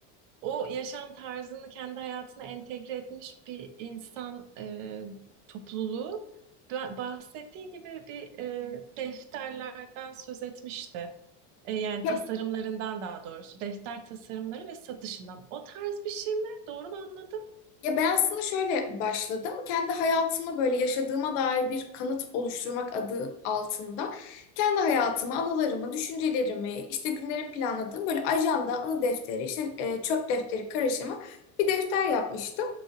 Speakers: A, on the right (about 80°); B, on the left (about 70°).
A: o yaşam tarzını kendi hayatına entegre etmiş bir insan e, topluluğu. Ba- Bahsettiğin gibi bir e, defterlerden söz etmişti. E, yani
B: Ya
A: tasarımlarından daha doğrusu defter tasarımları ve satışından. O tarz bir şey mi? Doğru mu anladım?
B: Ya ben aslında şöyle başladım. Kendi hayatıma böyle yaşadığıma dair bir kanıt oluşturmak adı altında kendi hayatımı, anılarımı, düşüncelerimi, işte günlerimi planladığım böyle ajanda, anı defteri, işte e, çöp defteri karışımı bir defter yapmıştım.